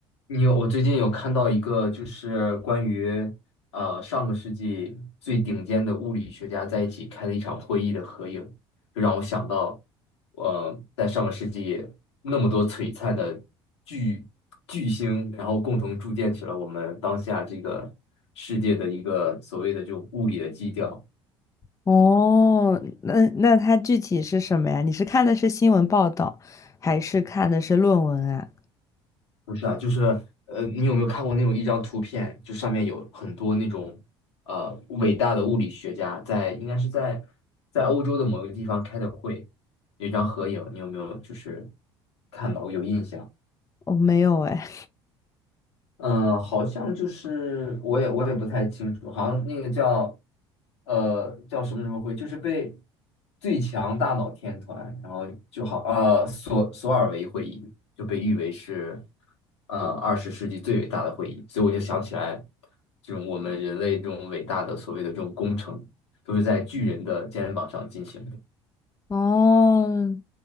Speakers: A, on the left; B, on the left.
A: 你有，我最近有看到一个，就是关于呃上个世纪最顶尖的物理学家在一起开的一场会议的合影，就让我想到，呃，在上个世纪那么多璀璨的巨巨星，然后共同铸建起了我们当下这个世界的一个所谓的就物理的基调。
B: 哦，那那它具体是什么呀？你是看的是新闻报道，还是看的是论文啊？
A: 不是啊，就是呃，你有没有看过那种一张图片，就上面有很多那种呃伟大的物理学家在，应该是在在欧洲的某一个地方开的会，有一张合影，你有没有就是看到有印象？
B: 哦，没有哎。
A: 嗯，好像就是我也我也不太清楚，好像那个叫呃叫什么什么会，就是被最强大脑天团，然后就好呃索索尔维会议就被誉为是呃二十世纪最伟大的会议，所以我就想起来，这种我们人类这种伟大的所谓的这种工程，都是在巨人的肩膀上进行的。
B: 哦，